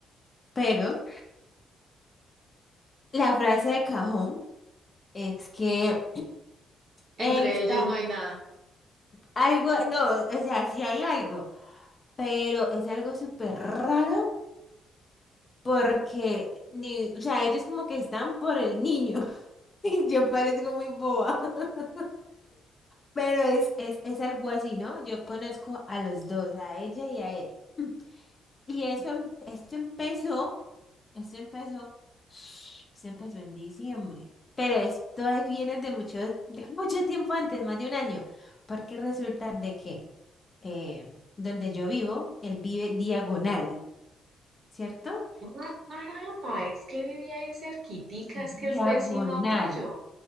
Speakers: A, on the left; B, on the right.
A: pero, la frase de cajón es que
B: Entre
A: él está
B: ellos no hay nada.
A: algo, no, o sea, sí hay algo, pero es algo súper raro porque, ni, o sea, ellos como que están por el niño. <laughs> Yo parezco muy boba, <laughs> pero es, es, es algo así, ¿no? Yo conozco a los dos, a ella y a él. <clears throat> Y eso, em- esto empezó, esto empezó, <sniffs> esto empezó en diciembre, pero esto es- viene de mucho, de mucho tiempo antes, más de un año, porque resulta de que eh, donde yo vivo, él vive diagonal, ¿cierto?
B: Ah, caramba, es que vivía ahí cerquitica,
A: Diagonal.
B: es que es vecino tuyo.